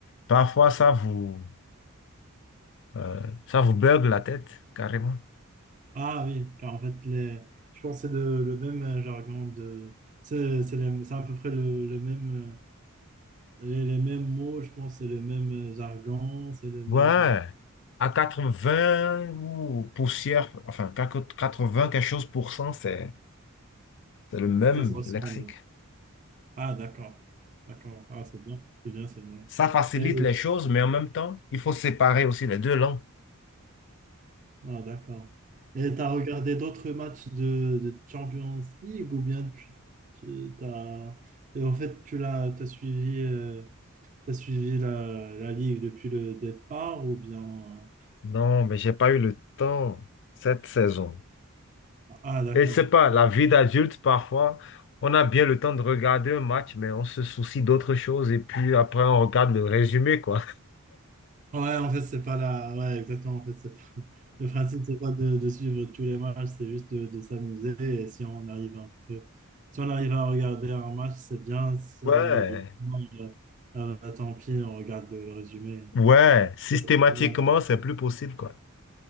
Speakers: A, on the left; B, on the right.
A: Parfois, ça vous, euh, ça vous bugle la tête, carrément.
B: Ah oui, car en fait les, je pense que c'est de- le même euh, jargon de, c'est c'est les- c'est à peu près le, le même. euh, J'ai les mêmes mots, je pense, c'est le même euh, jargon, c'est le
A: Ouais,
B: même. euh,
A: à 80 ou poussière, enfin, quatre quatre-vingts quelque chose pour cent, c'est c'est le même
B: Ça se ressemble.
A: lexique.
B: Ah, d'accord. D'accord. Ah, c'est bien. C'est bien, c'est bien.
A: Ça facilite
B: Et...
A: les choses, mais en même temps, il faut séparer aussi les deux langues.
B: Ah, d'accord. Et t'as regardé d'autres matchs de, de Champions League ou bien tu, tu- t'as... et en fait, tu l'as, t'as suivi, euh, t'as suivi la, la Ligue depuis le départ ou bien.
A: Non, mais j'ai pas eu le temps cette saison.
B: Ah, d'accord.
A: Et c'est pas, la vie d'adulte, parfois, on a bien le temps de regarder un match, mais on se soucie d'autres choses et puis après, on regarde le résumé, quoi.
B: Ouais, en fait, c'est pas la. Ouais, exactement. En fait, Le principe, c'est pas de, de suivre tous les matchs, c'est juste de, de s'amuser. Et si on arrive un peu, si on arrive à regarder un match, c'est bien. Si
A: <laughs> Ouais.
B: on arrive pas, euh, euh, bah, tant pis, on regarde le, le résumé.
A: Ouais,
B: C'est-
A: systématiquement,
B: ouais.
A: c'est plus possible, quoi.